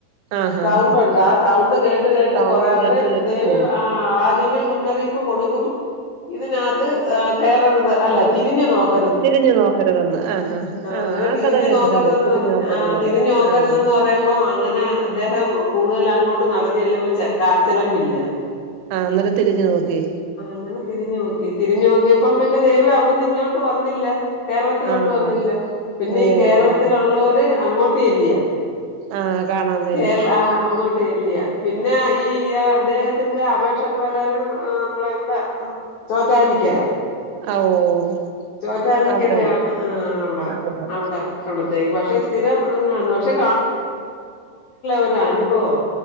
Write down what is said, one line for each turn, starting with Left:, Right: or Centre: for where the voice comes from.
Right: ആഹ്
Left: സൗണ്ടു
Right: ആഹ് ആഹ്
Left: ഒണ്ട് ആ സൗണ്ട് കേട്ട് കേട്ട്
Right: സൗണ്ട്
Left: കൊറേ അന്നേരം
Right: കേട്ട് കേട്ട്
Left: ദേവി
Right: പോവും
Left: അ ആഹ് ആദ്യമേ മുന്നറിയിപ്പ് കൊടുക്കും ഇതിനാത്ത് ഏഹ് കേറരുത് അല്ല തിരിഞ്ഞു നോക്ക്
Right: തിരിഞ്ഞു നോക്കരുതെന്ന് ആഹ് ആഹ്
Left: അങ്ങനെ
Right: ആ
Left: തിരിഞ്ഞു
Right: കഥ കേട്ടിട്ടുണ്ട്
Left: നോക്കരുതെന്നറിഞ്
Right: തിരിഞ്ഞു നോക്കരുതെന്ന്
Left: ആഹ്
Right: പറയും
Left: തിരിഞ്ഞ് നോക്കരുതെന്ന്
Right: ആഹ്
Left: പറയുമ്പോ അങ്ങനെ അദ്ദേഹം കൂടുതൽ അങ്ങോട്ട് നടന്ന് ചെല്ലുമ്പോ കാൽചെലമ്പില്ല
Right: ആന്നരം തിരിഞ്ഞു നോക്കി
Left: ആ അങ്ങനെ തിരിഞ്ഞു നോക്കി തിരിഞ്ഞു നോക്കിയപ്പം പിന്നെ ദേവി അവിടുന്ന് ഇങ്ങോട്ട് വന്നില്ല കേരളത്തിലോട്ട്
Right: ആഹ്
Left: വന്നില്ല പിന്നെ
Right: ഓഹ്
Left: ഈ കേരളത്തിലുള്ളോര് അങ്ങോട്ട് ചെല്ലിയ
Right: ആഹ് കാണാൻ വേണ്ടി
Left: കേരള ആഹ് അങ്ങോട്ട് ചെല്ലിയാ പിന്നെ ഈ അദ്ദേഹത്തിന്റെ അപേക്ഷ പ്രകാരം നമ്മളിവടെ ചോറ്റാനിക്കര
Right: ആഹ് ഓഹ്
Left: ചോറ്റാനിക്കരയാണ്
Right: അവിടെണ്ട്
Left: ആ അവിടെ
Right: ആണ്
Left: അവിടത്തേക്ക് പക്ഷെ സ്ഥിരം അങ്ങാണ് പക്ഷെ ഒരു അനുഭവം